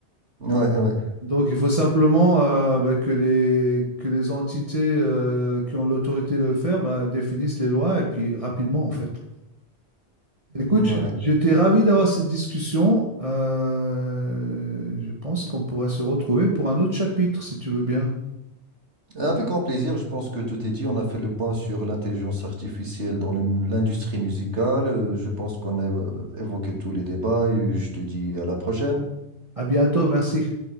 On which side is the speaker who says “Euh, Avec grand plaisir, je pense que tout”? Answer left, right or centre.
Right